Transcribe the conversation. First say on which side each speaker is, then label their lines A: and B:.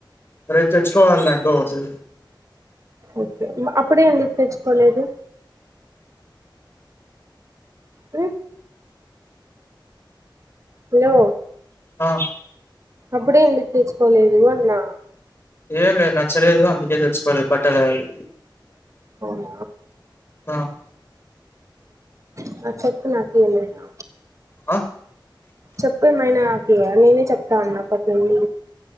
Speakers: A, on the left; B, on the right.
A: రేపు తెచ్చుకోవాలి ఇంకోటి
B: ఓకే అప్పుడే ఏందుకు తెచ్చుకోలేదు హు హలో
A: ఆ
B: అప్పుడే ఎందుకు తెచుకోలేదు అన్నా
A: ఏం లేదు నచ్చలేదు అందుకే తెచ్చుకోలేదు బట్టలావి
B: అవునా
A: ఆ
B: హ్మ్ చెప్పు నాకు ఏం లేదా
A: ఆ
B: చెప్తే <unintelligible> అట్లా నేనే చెప్తా ఉన్న అప్పటినుండి